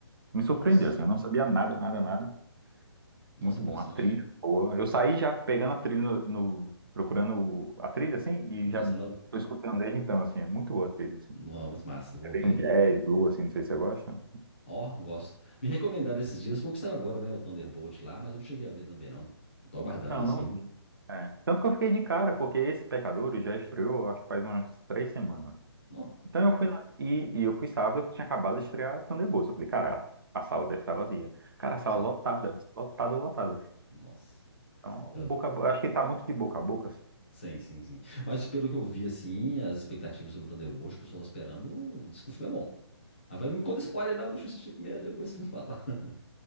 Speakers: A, on the right; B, on the left.
A: Me surpreendeu,
B: Nossa.
A: assim. Eu não sabia nada, nada, nada.
B: Nossa,
A: Muito
B: interessante.
A: bom. A trilha boa. Eu saí já pegando a trilha no, no- procurando o- a trilha, assim, e
B: Na trilha
A: já
B: sonora?
A: tô escutando desde então, assim. É muito boa a trilha, assim.
B: Não, mas massa, vou
A: Tem
B: ver.
A: um jazz, blues, assim, não sei se você gosta.
B: Ó, gosto. Me recomendaram esses dias, foi o que saiu agora, né? O Thunderbolt lá, mas eu não cheguei a ver também, não. Tô aguardando,
A: Não,
B: assim.
A: não vi. É. Tanto que eu fiquei de cara, porque esse Pecadores já estreou, acho que faz umas três semanas.
B: Ó,
A: Então eu fui na- e, e eu fui sábado que tinha acabado de estrear Thunderbolts. Eu falei, cara, a sala deve estar vazia. Cara, a sala
B: sim.
A: lotada, lotada, lotada.
B: Nossa.
A: Então,
B: Eu,
A: o boca a bo- acho que tá muito de boca a boca. assim.
B: sim, sim, sim. Mas pelo que eu vi, assim, as expectativas sobre o Thunderbolt, o pessoal tá esperando, diz que o filme é bom. Aí eu falei, não me conta spoiler, não, deixa eu assistir primeiro, depois você me fala. <laughs>